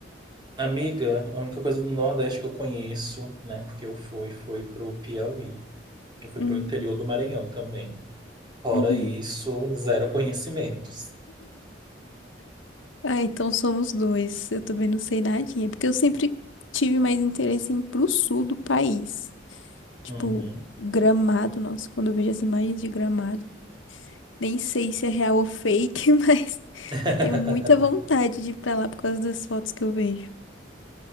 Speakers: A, on the right; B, on the left.
A: Amiga, a única coisa do Nordeste que eu conheço, né? Porque eu fui, foi pro Piauí. Eu fui
B: Hum,
A: pro interior do Maranhão também. Fora
B: uhum.
A: isso, zero conhecimentos.
B: Ah, então somos dois. Eu também não sei nadinha, porque eu sempre tive mais interesse em ir pro sul do país. Tipo,
A: Uhum.
B: Gramado, nossa, quando eu vejo as imagens de Gramado, nem sei se é real ou fake, <laughs> mas
A: <laughs>
B: tenho muita vontade de ir pra lá por causa das fotos que eu vejo.